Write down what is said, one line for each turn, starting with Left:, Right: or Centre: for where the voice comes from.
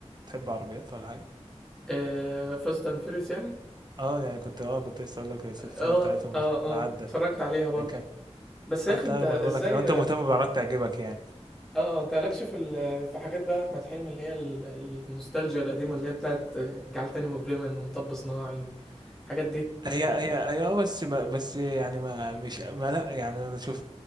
Right: تحب عربيات ولا حاجه
Centre: <clears throat> آه، فاست اند فيريوس يعني
Right: اه يعني كنت اه كنت لسه اقول لك السلسله
Centre: اه
Right: بتاعتهم
Centre: اه
Right: مش
Centre: اه
Right: عدت
Centre: اتفرجت عليها برضو
Right: يعني كان
Centre: بس يا
Right: اه
Centre: اخي
Right: لا
Centre: انت ازاي
Right: ما بقول لك لو انت مهتم بالعربيات تعجبك يعني
Centre: اه آه، انت مالكش في ال- في حاجات بقى احمد حلمي اللي هي ال- النوستالجيا القديمه اللي هي بتاعت جعل تاني مجرما ومطب صناعي والحاجات دي
Right: هي هي هي اه بس ما بس يعني ما مش ما لا يعني انا شوف